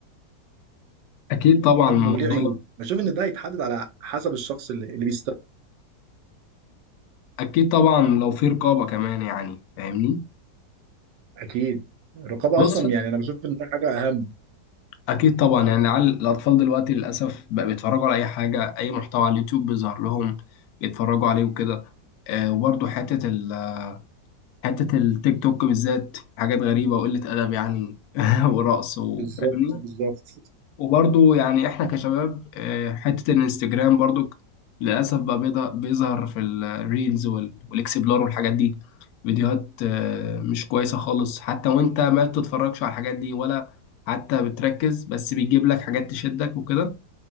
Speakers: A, on the left; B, on the right.
A: اكيد طبعا الموضوع
B: وليه عيوب
A: ده-
B: بشوف ان ده هيتحدد على حسب الشخص اللي, اللي بيستخدم
A: اكيد طبعا لو في رقابة كمان يعني فاهمني
B: اكيد الرقابه
A: بص
B: اصلا يعني انا بشوف ان ده حاجه اهم
A: اكيد طبعا يعني على الاطفال دلوقتي للاسف بقى بيتفرجوا على اي حاجة اي محتوى على اليوتيوب بيظهر لهم يتفرجوا عليه وكده آه وبرضه حتة ال حتة التيك توك بالذات حاجات غريبة وقلة أدب يعني <laughs> ورقص وفاهمني
B: بالظبط بالظبط
A: وبرضو يعني احنا كشباب آه، حتة الانستجرام برضو للأسف بقى بيض- بيظهر في الريلز وال- والاكسبلور والحاجات دي فيديوهات آه، مش كويسة خالص حتى وانت ما بتتفرجش على الحاجات دي ولا حتى بتركز بس بيجيب لك حاجات تشدك وكده